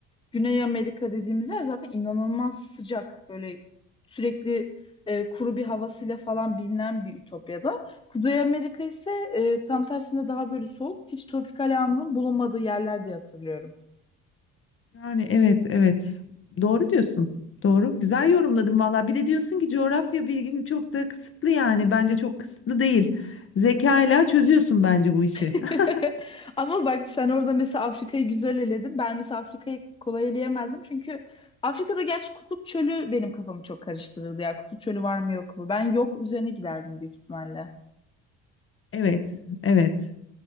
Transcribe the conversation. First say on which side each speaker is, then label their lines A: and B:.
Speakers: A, on the left (about 15°); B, on the left (about 40°).
A: Güney Amerika dediğimiz yer zaten inanılmaz sıcak böyle sürekli e, kuru bir havasıyla falan bilinen bir ütopyada. Kuzey Amerika ise e, tam tersine daha böyle soğuk hiç tropikal yağmurun bulunmadığı yerler diye hatırlıyorum.
B: Yani evet evet. Doğru diyorsun. Doğru. Güzel yorumladın vallahi. Bir de diyorsun ki coğrafya bilgim çok da kısıtlı yani. Bence çok kısıtlı değil. Zekayla çözüyorsun bence bu işi.
A: <laughs>
B: <laughs>
A: Ama bak sen orada mesela Afrika'yı güzel eledin. Ben mesela Afrika'yı kolay eleyemezdim. Çünkü Afrika'da gerçi Kutup Çölü benim kafamı çok karıştırırdı ya. Kutup Çölü var mı yok mu? Ben yok üzerine giderdim büyük ihtimalle.
B: Evet, evet.